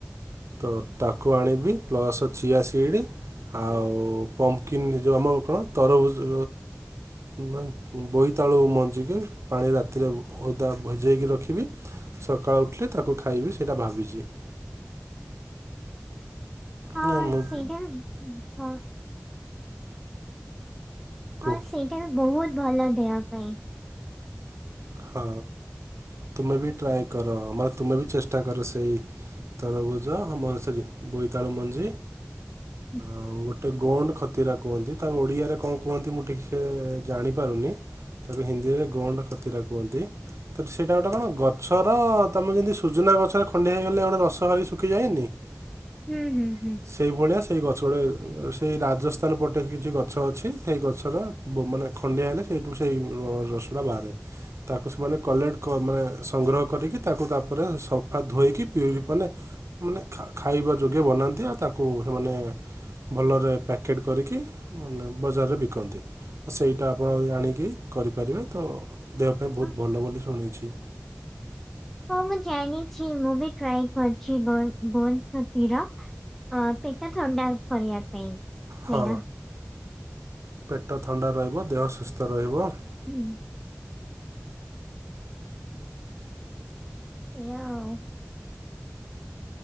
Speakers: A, on the right (about 60°); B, in the centre.
A: ତ ତାକୁ ଆଣିବି ପ୍ଲସ୍ ଚିଆ ସିଇଡ଼ି - ଆଉ ପମ୍ପକିନ୍ ଯୋଉ ଆମର କଣ ତରୁଭୁଜ ମାନେ ବୋଇତାଳୁ ମଞ୍ଜିକି ପାଣି ରାତିରେ ଓଦା ଭଜେଇକି ରଖିବି - ସକାଳୁ ଉଠିଲେ ତାକୁ ଖାଇବି ସେଇଟା ଭାବିଛି।
B: ହଁ
A: ନାଇଁ ମୁଁ
B: ସେଇଟା ହଁ।
A: କୁହ
B: ହଁ ସେଇଟା ବି ବହୁତ ଭଲ ଦେହ ପାଇଁ -
A: ହଁ ତୁମେ ବି ଟ୍ରାଏ କର ମାନେ ତୁମେ ବି ଚେଷ୍ଟା କର ସେଇ ତରଭୁଜ ଆମର ସେଇ ବୋଇତାଳୁ ମଞ୍ଜି
B: <unintelligible>
A: ଆଉ ଗୋଟେ ଗୋଣ୍ଡ ଖତିରା କୁହନ୍ତି ତାକୁ ଓଡିଆରେ କଣ କୁହନ୍ତି ମୁଁ ଠିକସେ ଜାଣିପାରୁନି - ତାକୁ ହିନ୍ଦୀରେ ଗୋଣ୍ଡ ଖତିରା କୁହନ୍ତି - ତ ସେଇଟା ଗୋଟେ କଣ ଗଛର ତମେ ଯେମିତି ସୁଜୁନା ଗଛରେ ଖଣ୍ଡିଆ ହେଇଗଲେ ଗୋଟେ ରସଗାରି ଶୁଖିଯାଏନି - <unintelligible>
B: ହୁଁ ହୁଁ ହୁଁ -
A: ସେଇଭଳିଆ ସେଇ ଗଛ ଗୁଡ଼େ ସେଇ ରାଜସ୍ଥାନ ପଟେ କିଛି ଗଛ ଅଛି ସେଇ ଗଛର ଗୋ ମାନେ ଖଣ୍ଡିଆ ହେଲେ ସେଇଠୁ ସେଇ ରସଟା ବାହାରେ। ତାକୁ ସେମାନେ କଲେକ୍ଟ କ ମାନେ ସଂଗ୍ରହ କରିକି ତାକୁ ତାପରେ ସଫା ଧୋଇକି ପିୟୁରି କଲେ ମାନେ ଖା ଖାଇବା ଯୋଗେ ବନାନ୍ତି ଆଉ ତାକୁ ସେମାନେ ଭଲରେ ପ୍ୟାକେଟ୍ କରିକି ମାନେ ବଜାରରେ ବିକନ୍ତି। ତ ସେଇଟା ଆପଣ ଆଣିକି କରିପାରିବେ ତ ଦେହ ପାଇଁ ବହୁତ
B: ହଁ
A: ଭଲ ବୋଲି ଶୁଣିଛି।
B: ହଁ ମୁଁ ଜାଣିଛି ମୁଁ ବି ଟ୍ରାଏ କରିଛି ବନ୍ଦ୍ ବନ୍ଦତିର ହଁ ପେଟ ଥଣ୍ଡା କରିବା ପାଇଁ। ସେଇଟା
A: ହଁ ପେଟ ଥଣ୍ଡା ରହିବ, ଦେହ ସୁସ୍ଥ ରହିବ -
B: ହୁଁ ଏଇଆ ଆଉ।